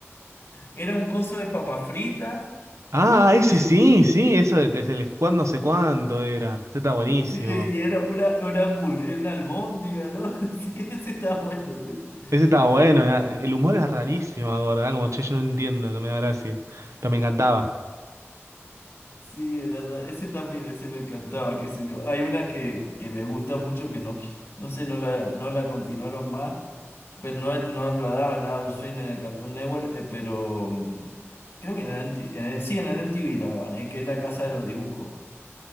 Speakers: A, on the left; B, on the right.
A: era un coso de papa frita,
B: Ah, ese
A: era,
B: sí,
A: un-
B: sí, eso de es el Squad no sé cuánto era. Ese está buenísimo.
A: sí, y era una, una hamburguesa, una albóndiga, ¿no? <laughs> Sí, ese está bueno. ese-
B: Ese estaba bueno,
A: ese
B: era- el humor era rarísimo, ¿verdad? Como che, yo no entiendo, no me da gracia. Pero me encantaba.
A: Sí, era ra- ese también, ese me encantaba, qué sé yo. Hay una que, que me gusta mucho que no, no sé, no la, no la continuaron más, pero no, no la daban a un swing en el Cartoon Network, eh, pero mm, creo que en el, MT en el- sí, en el MTV la daban, eh, que es la casa de los dibujos.